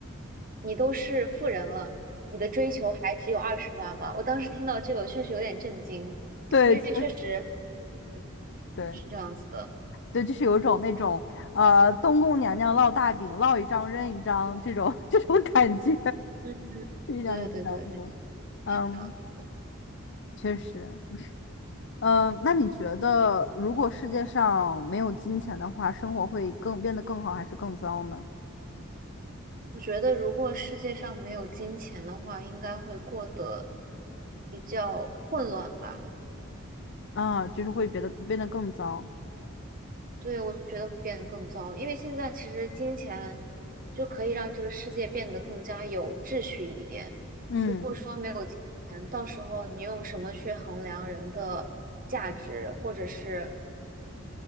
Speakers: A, on the right; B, on the left.
A: 你都是富人了，你的追求还只有二十万吗？我当时听到这个，我确实有点震惊，
B: 对，
A: 因为确实，
B: 确
A: 嗯，
B: 对
A: 是这样子的，
B: 对，就是有种那种呃，东宫娘娘烙大饼，烙一张扔一张这种 <laughs> 这种感觉，
A: 嗯，
B: 一张扔一张的。
A: 对对对，没错，
B: 嗯，
A: 是这样子的。
B: 确实。嗯，那你觉得如果世界上没有金钱的话，生活会更变得更好还是更糟呢？
A: 我觉得如果世界上没有金钱的话，应该会过得比较混乱吧。
B: 啊，就是会变得变得更糟。
A: 对，我觉得会变得更糟，因为现在其实金钱就可以让这个世界变得更加有秩序一点。
B: 嗯，
A: 如果说没有金钱，到时候你用什么去衡量人的价值，或者是